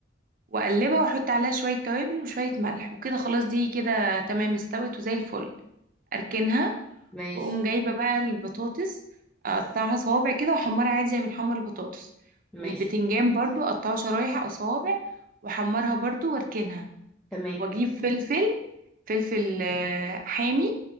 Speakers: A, on the right; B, in the centre.
A: وأقلبها وأحط عليها شوية توابل وشوية ملح وكده خلاص دي كده تمام استوت وزي الفل أركنها
B: ماشي
A: واقوم جايبه بقى البطاطس اقطعها صوابع كده واحمرها عادي زي ما بنحمر البطاطس
B: ماشي
A: والبتنجان برضو اقطعه شرايح او صوابع واحمرها برضو واركنها
B: تمام
A: واجيب فلفل فلفل آه، حامي